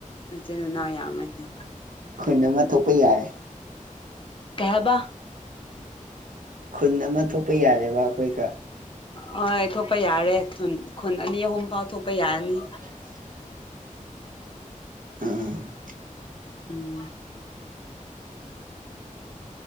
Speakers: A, on the left; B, on the right.
A: ꯏꯆꯤꯟ ꯏꯅꯥꯎ ꯌꯥꯝꯃꯅꯤ
B: ꯈꯨꯣꯏꯟꯅ ꯑꯃ ꯊꯣꯛꯄ ꯌꯥꯔꯦ
A: ꯀꯍꯕꯥ
B: ꯈꯨꯟ ꯑꯃ ꯊꯣꯛꯄ ꯌꯥꯔꯦꯕ ꯑꯩꯈꯣꯏꯒ
A: ꯍꯣꯏ ꯊꯣꯛꯄ ꯌꯥꯔꯦ ꯈꯨꯟ ꯑꯅꯤ ꯑꯍꯨꯝ ꯐꯥꯎ ꯊꯣꯛꯄ ꯌꯥꯔꯅꯤ
B: <unintelligible> ꯎꯝ
A: ꯎꯝ